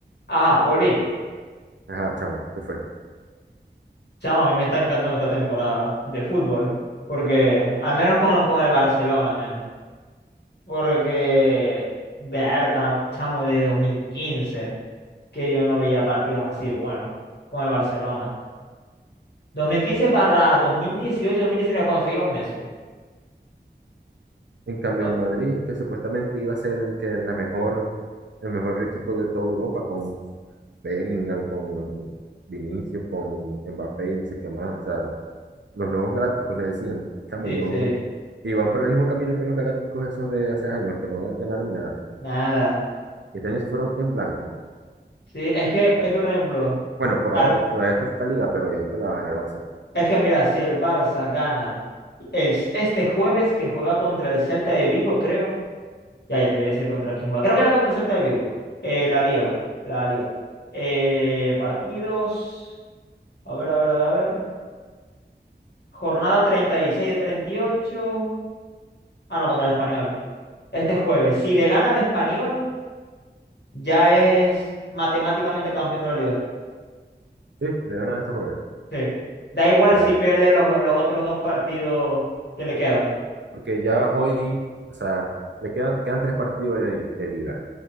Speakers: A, on the left; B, on the right.
A: Ajá, volví.
B: Ajá, chamo, ¿qué fue?
A: Chamo, a mí me está encantando esta temporada de fútbol. Porque, al menos con, con el Barcelona, man. Porque, verdad, chamo, de 2015 que yo no veía partidos así de buenos con el Barcelona. Dos mil quince
B: Sí.
A: barra 2018, 2019, cuando seguía un Messi.
B: En cambio,
A: Cua-
B: el Madrid, que supuestamente iba a ser el, que la mejor, el mejor equipo de toda Europa con Bellingham, con Vinicius, con Mbappé y no sé qué más. O sea, los nuevos galácticos le decían, chamo,
A: Sí,
B: y no.
A: sí,
B: Y van por el mismo camino que los galácticos esos de hace años, que no ganaron nada.
A: nada.
B: Y este año se fueron en blanco.
A: Sí, es que,
B: Ah,
A: es que, por ejemplo,
B: Bueno, por
A: ah,
B: ahora, todavía falta liga, pero yo creo que la va a ganar el Barça.
A: es que mira, si el Barça gana el, este jueves que juega contra el Celta de Vigo, creo. Ya, ya te voy a decir contra quién juega. Creo que era contra el Celta de Vigo. Eh, la Liga. La Liga. Eh, partidos. A ver, a ver, a ver, a ver. Jornada 36 de treinta y ocho Ah, no, contra el Español. Este jueves. Si le gana al Español, ya es matemáticamente campeón de la Liga.
B: Sí, le ganan este jueves.
A: Sí. Da igual
B: A ver,
A: si pierde los, los otros dos partidos que le quedan.
B: porque ya hoy, o sea, le quedan, quedan tres partidos de, de liga.